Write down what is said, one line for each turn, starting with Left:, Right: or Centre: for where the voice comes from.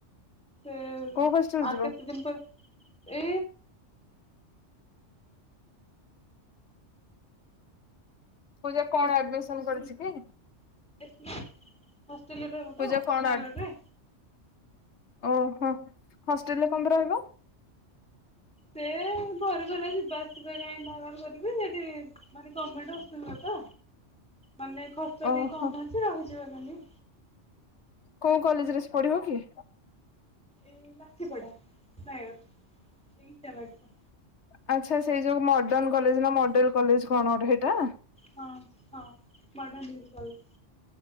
Centre: ସେ
Left: କୋଉ ହଷ୍ଟେଲ
Centre: ଆ
Left: ଯିବ
Centre: କେତେ ଦିନପରେ ଏ
Left: ପୂଜା କଣ ଆଡମିସନ କରିଛିକି?
Centre: ହଷ୍ଟେଲରେ ରହିବ
Left: ପୂଜା
Centre: ତ ନୟାଗଡ଼ରେ
Left: କଣ ଆଡ୍ ଓହୋ ହଷ୍ଟେଲରେ କମପାଇଁ ରହିବ?
Centre: ସେ, ଘରେ କଲା ଯିବା ଆସିବା କାଇ ବାର ବାର କରିବି ସେଠି ମାନେ ଗାମେଣ୍ଡ ହଷ୍ଟେଲ ତ ମାନେ ଖର୍ଚ୍ଚ
Left: ଓହୋ।
Centre: ଟିକେ କମ ଅଛି ରହିଯିବା କାଲି।
Left: କୋଉ କଲେଜରେ ସେ ପଢ଼ିବ କି?
Centre: ଏ ଲାଠି ପଡା ନାଇ ଏଇ ଇଚ୍ଛା ବାଟ
Left: ଆଚ୍ଛା ସେଇ ଯୋଉ ମଡର୍ଣ କଲେଜ ନା ମଡେଲ କଲେଜ କଣ ଗୋଟେ ହେଇଟା?
Centre: ହଁ ହଁ ମାଡନ <inaudible> କଲେଜେ?